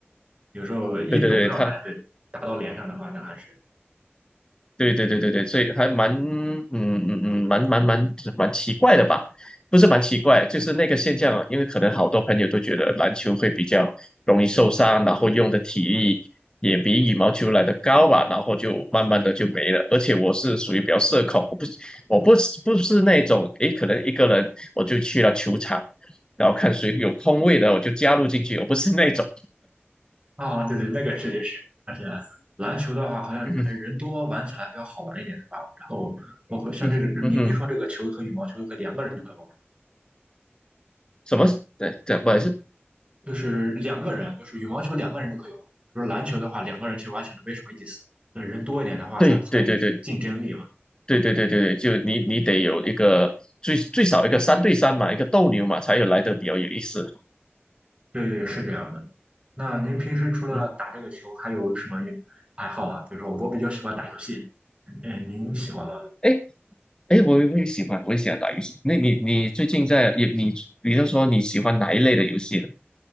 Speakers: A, on the right; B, on the left.
A: 有时候一肘上来，
B: 对对对，他
A: 对，打到脸上的话，那还是。
B: 对对对对对，所以还蛮嗯嗯嗯蛮蛮蛮蛮奇怪的吧？不是蛮奇怪，就是那个现象啊，因为可能好多朋友都觉得篮球会比较容易受伤，然后用的体力也比羽毛球来的高吧，然后就慢慢的就没了。而且我是属于比较社恐，我不我不是不是那种诶，可能一个人我就去了球场，然后看谁有空位的我就加入进去，我不是那种，
A: 啊，对对，那个确实是，而且篮球的话，好像还是人多玩起来比较好玩一点，
B: 嗯哼
A: 是吧？然后包括像这个，
B: 嗯哼嗯哼，
A: 您您说这个球和羽毛球都可以两个人就可以玩，
B: 什么？对对，不好意思，
A: 就是两个人，就是羽毛球两个人就可以玩。比如篮球的话，两个人其实玩起来没什么意思，那人多一点的话，
B: 对对对对
A: 它才有一种竞争力嘛。
B: 对对对对对，就你你得有一个最最少一个三对三嘛，一个斗牛嘛，才有来的比较有意思。
A: 对对，是这样的。那您平时除了打这个球，
B: 嗯，
A: 还有什么爱好吗？比如说，我比较喜欢打游戏，嗯，您喜欢吗？
B: 哎哎，诶我我也喜欢，我也喜欢打游戏。那你你最近在你你比如说你喜欢哪一类的游戏呢？